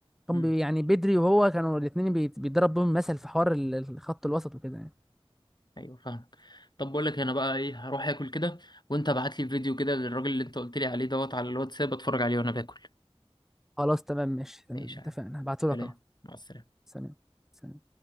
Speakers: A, in the centre; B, on the left.
A: كان
B: مم.
A: بي... يعني بدري وهو كانوا الاتنين بيت- بيتضرب بيهم مثل في حوار ال- الخط الوسط وكده يعني
B: أيوه فاهمك طب بقول لك أنا بقى إيه هروح آكل كده وأنت ابعت لي فيديو كده للراجل اللي أنت قلت لي عليه دوت على الواتساب أتفرج عليه وأنا باكل
A: خلاص تمام ماشي تمام
B: ماشي
A: اتفقنا
B: يا عم.
A: هبعتهولك
B: سلام
A: أهو
B: مع السلامة
A: سلام سلام